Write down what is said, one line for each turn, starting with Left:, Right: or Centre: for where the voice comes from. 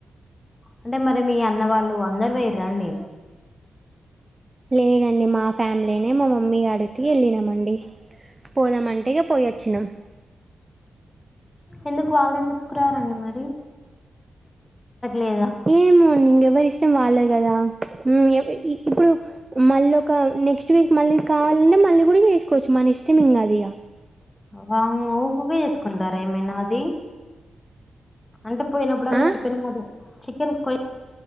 Left: అంటే మరి మీ అన్న వాళ్ళు అందరూ పోయిర్రా అండి
Right: లేదండి మా ఫ్యామిలీనే మా మమ్మీ గాడికి వెళ్ళినామండి పోదామంటేనే పోయొచ్చినం
Left: ఎందుకు వాళ్లేందుకు రారండి మరి లేదా
Right: ఏమో అండి ఇంగెవరి ఇష్టం వాళ్ళది గదా మ్మ్ ఏ ఈ ఇప్పుడు మళ్ళొక నెక్స్ట్ వీక్ మళ్ళీ కాళ్ళు మళ్ళీ కూడా వేసుకోవచ్చు మన ఇష్టం ఇంగా అధిగా
Left: వామ్మో ఉకూకే చేసుకుంటారా ఏమైనా అది అంటే పోయినప్పుడల్లా
Right: ఆ
Left: చికెన్ కోడి చికెన్ కోయ్